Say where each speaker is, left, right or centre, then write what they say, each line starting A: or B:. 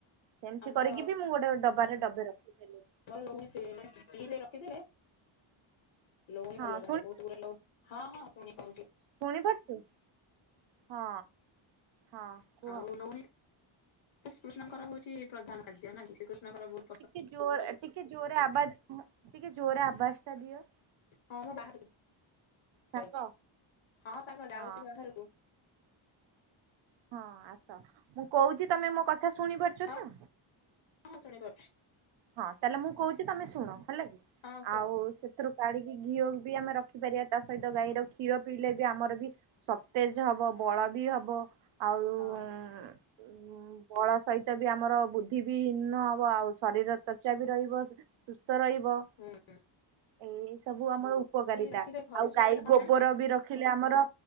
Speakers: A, on the right (about 60°); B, on the left (about 65°).
A: ସେମିତି
B: ଆମର
A: କରିକି ବି ମୁଁ ଗୋଟେ ଡବାରେ ଡବେ ରଖିଥିଲି।
B: <unintelligible> ରଖି ଦେଲେ ଲହୁଣୀ
A: ହଁ
B: ଭଲ ବାହାରେ ବହୁତ୍ ଗୁଡେ଼ ଲହୁ ହଁ ହଁ ଶୁଣି ପାରୁଚି।
A: ଶୁଣିପାରୁଚୁ ହଁ ହଁ କୁହ।
B: ଆଉ ଲହୁଣୀ ଶ୍ରୀକୃଷ୍ଣଙ୍କର ହଉଛି ପ୍ରଧାନ ଖାଦ୍ୟ ନା କି ଶ୍ରୀକୃଷ୍ଣଙ୍କର ବହୁତ୍
A: ଟିକେ ଜୋର ଟିକେ ଜୋରେ ଆବାଜ ଟିକେ ଜୋରେ ଆବାଜ ଟା ଦିଅ।
B: ହଁ ମୁଁ ବାହାରକୁ
A: ସାଙ୍ଗ
B: ଯାଉଚି ହଁ ସାଙ୍ଗ ଯାଉଚି
A: ହଁ
B: ବାହାରକୁ।
A: ହଁ ଆସ ମୁଁ କହୁଚି ତମେ ମୋ କଥା ଶୁଣିପାରୁଛ
B: ହଁ
A: ତ।
B: ହଁ ଶୁଣିପାରୁଚି।
A: ହଁ ତାହେଲେ ମୁଁ କହୁଚି ତମେ ଶୁଣ ହେଲା କି
B: ହଁ କୁହ
A: ଆଉ ସେ ରୁ କାଢି଼କି ଘିଅ ବି ଆମେ ରଖିପାରିବା ତା ସହିତ ଗାଈର କ୍ଷୀର ପିଇଲେ ବି ଆମର ବି ସତେଜ୍ ହବ ବଳ ବି ହବ ଆଉ ଉଁ
B: ହଁ
A: ଉଁ ଉଁ ବଳ ସହିତ ବି ଆମର ବୁଦ୍ଧି ବି ହିନ୍ନ ହବ ଆଉ ଶରୀର ତ୍ୱଚା ବି ରହିବ ସୁସ୍ଥ ରହିବ।
B: ହୁଁ ହୁଁ।
A: ଏଇ ସବୁ ଆମର ଉପକାରିତା
B: ରଖିଲେ ଘରେ
A: ଆଉ
B: ସୁବିଧା
A: ଗାଈ
B: କଣ
A: ଗୋବର
B: ଜାଣିଛୁ
A: ବି ରଖିଲେ ଆମର